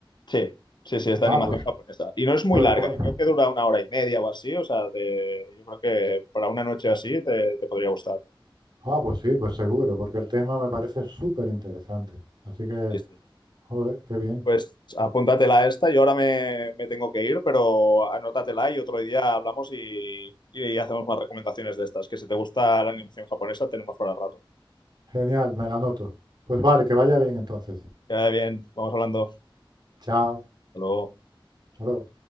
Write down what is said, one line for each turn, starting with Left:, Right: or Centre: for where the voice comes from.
Left: Sí, sí, sí, es de
Right: Ah,
Left: animación
Right: pues,
Left: japonesa. Y no es muy
Right: pues,
Left: larga,
Right: voy-
Left: ¿eh? Creo que dura una hora y media o así. O sea, te- yo creo que para una noche así te, te podría gustar.
Right: ah, pues sí, pues seguro, porque el tema me parece súper interesante. Así que,
Left: Sí, sí.
Right: joder, qué bien.
Left: Pues apúntatela esta, yo ahora me, me tengo que ir, pero anótatela y otro día hablamos y, y hacemos más recomendaciones de estas, que si te gusta la animación japonesa tenemos para rato.
Right: Genial, me la anoto. Pues vale, que vaya bien entonces.
Left: Ya bien, vamos hablando.
Right: Chao.
Left: Hasta luego.
Right: Hasta luego.